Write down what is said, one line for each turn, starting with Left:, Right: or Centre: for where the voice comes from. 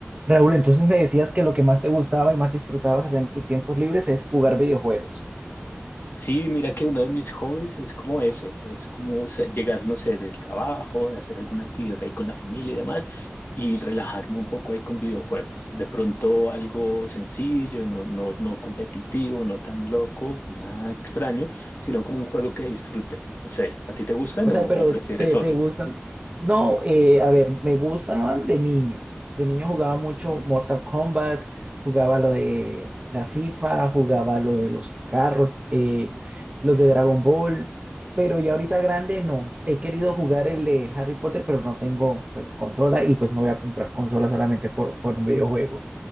Right: Raúl, entonces me decías que lo que más te gustaba y más disfrutabas hacer en tus tiempos libres es jugar videojuegos.
Left: Sí, mira que uno de mis hobbies es como ese, es como se- llegar, no sé, del trabajo, de hacer alguna actividad ahí con la familia y demás, y relajarme un poco ahí con videojuegos. De pronto algo sencillo, no, no, no competitivo, no tan loco, nada extraño, sino como un juego que disfrute. No sé, ¿a ti te gustan
Right: O sea,
Left: o, o
Right: pero
Left: prefieres
Right: te, te
Left: otros?
Right: gustan. No, eh, a ver, me gustaban de niño. De niño jugaba mucho Mortal Kombat, jugaba lo de la FIFA, jugaba lo de los carros, eh, los de Dragon Ball, pero ya ahorita grande no. He querido jugar el de Harry Potter, pero no tengo pues consola y pues no voy a comprar consola solamente por, por un videojuego.